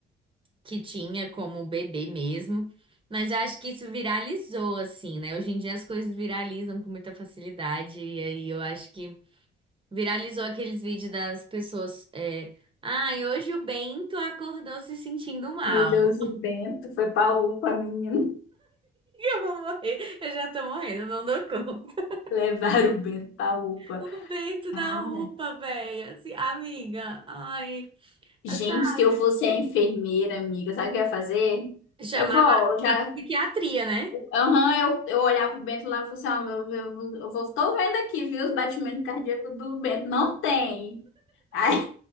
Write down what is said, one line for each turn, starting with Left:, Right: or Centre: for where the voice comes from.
Right: que tinha como bebê mesmo, mas eu acho que isso viralizou assim, né? Hoje em dia as coisas viralizam com muita facilidade, e aí eu acho que viralizou aqueles vídeos das pessoas. É, Ai, hoje o Bento acordou se sentindo mal.
Left: Meu Deus,
Right: <laughs>
Left: o Bento foi pra UPA, menino.
Right: Eu vou morrer, eu já tô morrendo, não dou conta.
Left: <laughs> Levaram o Bento pra UPA.
Right: <laughs> O Bento
Left: Cara,
Right: da UPA, velho, assim, amiga, ai,
Left: gente,
Right: sabe?
Left: se eu fosse a enfermeira, amiga, sabe o que eu ia fazer?
Right: Chamava
Left: Eu vou, ó, já.
Right: a psiquiatria, né?
Left: Aham, eu, eu olhava pro Bento lá e falava assim: ó, eu, eu, eu vou, tô vendo aqui, viu, os batimentos cardíacos do Bento. Não tem. Aí